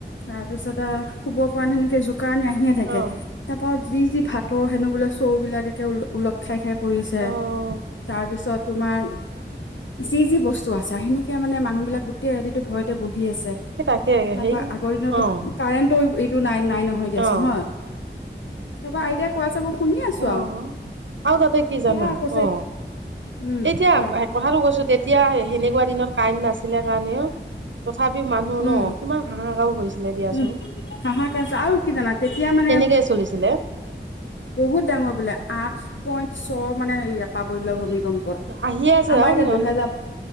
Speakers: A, on the left (about 85°); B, on the right (about 80°).
A: তাৰ পিছত শুব পৰা নাই তেনেকে কাৰণি আহিয়ে থাকে
B: অ'
A: তাৰপা যি - যি ভাতৰ সেনো বোলে চও বিলাক একে ওলট খাই - খাই পৰিছে
B: অ'
A: তাৰ পিছত তোমাৰ যি-যি বস্তু আছে সেনেকে মানে মানুহ বিলাক গোটেই ৰাতিটো ভয়তে বহি আছে
B: সেই তাকে
A: তাপা
B: সেই
A: আগৰ দিনতটো
B: অ'
A: কাৰেন্টৰ এইটো নাই। নাই নহয় দিয়াচোন
B: অ'
A: হয় তাপা আইতাই কৈ আছে মোক শুনি আছো
B: অ'
A: আৰু
B: আৰু তাতে কি জানা
A: সেয়া কৈছে
B: অ'
A: উম
B: এতিয়া
A: কোৱা
B: কথাটো কৈছো তেতিয়া সেনেকুৱা দিনত কাৰেণ্ট নাছিলে কাৰণেহে তথাপিও মানুহ
A: উম
B: ন কিমান হাহাকাৰও হৈছিলে দিয়াচোন
A: উম হাহাকাৰ হৈছে আৰু কি জানা তেতিয়া মানে
B: তেনে কে চলিছিলে।
A: বহুত ডাঙৰ বোলে আঠ পইণ্ট ছ মানে এৰিয়া প্ৰাবল্য ভূমি কম্প ৰ
B: আহিয়ে আছে
A: আমাৰ
B: আৰু
A: এতিয়া
B: নন
A: দুহেজাৰ